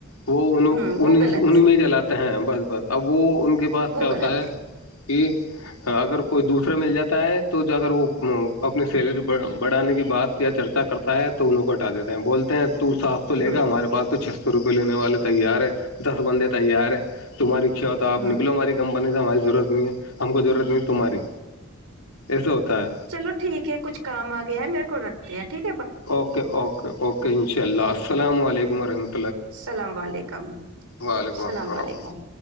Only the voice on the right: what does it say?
ہوں وہ
غلط
ہے
وہ
غلط
ہوں
ہوں
چلو ٹھیک ہے کچھ کام آ گیا ہے میرے کو رکھ یہ ھیک
السلام علیکم
اللام علیکم